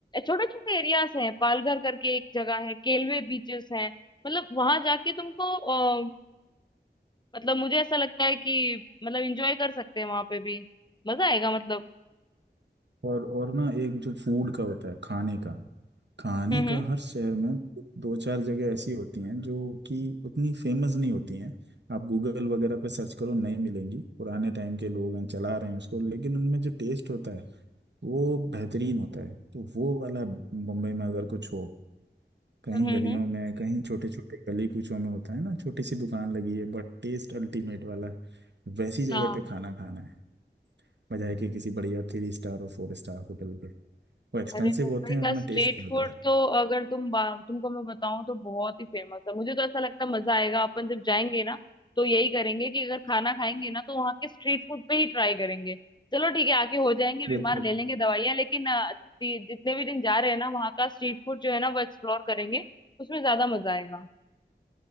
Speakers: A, on the left (about 25°); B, on the right (about 75°).
A: छोटे छोटे एरियाज हैं पालघर करके एक जगह है केलवे बीचेस हैं मतलब वहां जाके तुमको अ, मतलब मुझे ऐसा लगता है कि मतलब इंजॉय कर सकते हैं वहां पे भी मजा आएगा मतलब
B: और और ना एक जो फूड का होता है खाने का कहानी
A: हम्म
B: का
A: हम्म
B: हर शहर में दो चार जगह ऐसी होती हैं जो कि उतनी फेमस नहीं होती हैं आप गूगल वगैरह पे सर्च करो नहीं मिलेंगी पुराने टाइम के लोग हैं चला रहे हैं उसको लेकिन उनमें जो टेस्ट होता है वो बेहतरीन होता है तो वो वाला मुंबई में अगर कुछ हो कहीं
A: हम्म
B: गलियों
A: हम्म।
B: में कहीं छोटे छोटे गली कूचों में होता है ना छोटी सी दुकान लगी है बट टेस्ट अल्टीमेट वाला वैसी जगह
A: हाँ
B: पे खाना खाना है बजाय कि किसी बढ़िया थ्री स्टार और फोर स्टार होटल पे वो एक्सपेंसिव
A: अरे मुंबई
B: होते हैं उसमें
A: का स्ट्रीट
B: टेस्ट नहीं होता
A: फूड तो अगर तुम बा- तुमको मैं बताऊं तो बहुत ही फेमस है मुझे तो ऐसा लगता है मजा आएगा अपन जब जाएंगे ना तो यही करेंगे कि अगर खाना खाएंगे ना तो वहाँ के स्ट्रीट फूड पे ही ट्राई करेंगे चलो ठीक है आके हो जाएंगे
B: बिल्कुल
A: बीमार ले लेंगे दवाइयाँ लेकिन अ, जि- जितने भी दिन जा रहे हैं ना वहाँ का स्ट्रीट फूड जो है ना वो एक्सप्लोर करेंगे उसमें ज्यादा मजा आएगा